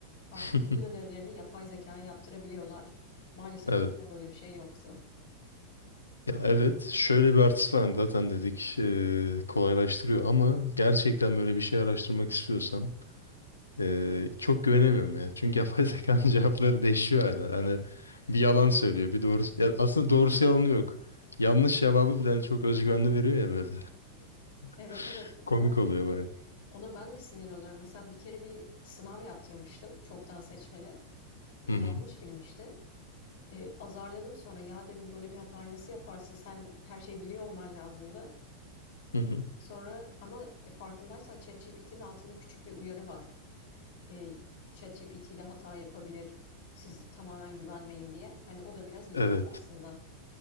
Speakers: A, on the left (about 50°); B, on the left (about 75°).
A: Artık
B: <laughs>
A: bütün ödevlerini yapay zekaya yaptırabiliyorlar. Maalesef
B: Evet.
A: bizde böyle bir şey yoktu.
B: Ya evet şöyle bir artısı var Hani zaten dedik e, kolaylaştırıyor ama gerçekten böyle bir şey araştırmak istiyorsam e, çok güvenemiyorum ya. Çünkü yapay zekanın <laughs> cevapları değişiyor hala. Hani bir yalan söylüyor bir doğru ya aslında doğrusu yalanı yok. Yanlış cevabı bile hani çok özgüvenli veriyor ya böyle.
A: Evet
B: <laughs>
A: evet ona
B: Komik oluyor baya.
A: <laughs> ona ben de sinir oluyorum. Mesela bir kere bir sınav yaptırmıştım çoktan seçmeli. E,
B: Hı
A: yanlış
B: hı.
A: bilmişti. Eee, azarladım sonra. Ya dedim böyle bir hatayı nasıl yaparsın? Sen her şeyi biliyor olman lazımdı.
B: Hı hı.
A: Sonra ama e, farkındaysan ChatGPT'nin altında küçük bir uyarı var. Eee ChatGPT de hata yapabilir. Siz tamamen güvenmeyin diye. Hani o da biraz ilginç
B: Evet.
A: aslında.